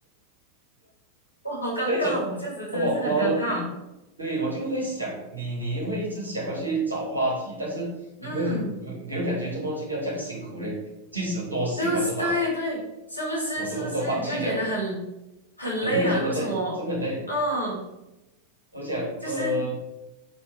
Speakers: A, on the left (about 90°); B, on the right (about 80°).
A: 我好尴尬哦，
B: 那种，
A: 这样子真的是很尴尬。
B: 我我一，对我就会想你，你会一直想要去找话题，但是你会很，
A: 嗯，
B: 你会感觉怎么要这样辛苦嘞，即使多喜欢都好，
A: 对不是对对，是不是？
B: 我都都放弃掉了
A: 是不是？你就会觉得很很累啊？
B: 很累，真的累，
A: 为什么？
B: 真的很累。
A: 嗯，
B: 我想，
A: 就是
B: 呃，